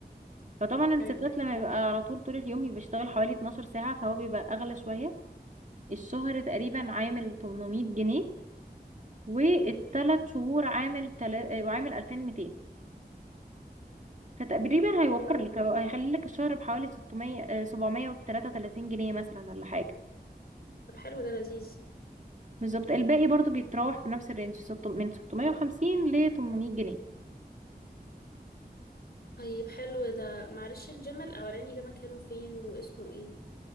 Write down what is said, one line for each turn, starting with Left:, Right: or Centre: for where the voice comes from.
Right: فطبعا الستات
Left: طيب
Right: لما
Left: طيب.
Right: بيبقى على طول طول اليوم بيشتغل حوالي 12 ساعه فهو بيبقى اغلى شويه الشهر تقريبا عامل 800 جنيه والثلاث شهور عامل تلا... آه، وعامل 2200 فتقريبا
Left: حلو
Right: هيوفر
Left: قوي
Right: لك هيخلي لك الشهر بحوالي 600 آه، 733 جنيه مثلا ولا حاجه
Left: طب حلو ده لذيذ
Right: بالظبط الباقي برضو بيتراوح في نفس الرينج ست- من 650 ل 800 جنيه
Left: طيب حلو ده معلش الجيم الأولاني ده مكانه فين واسمه ايه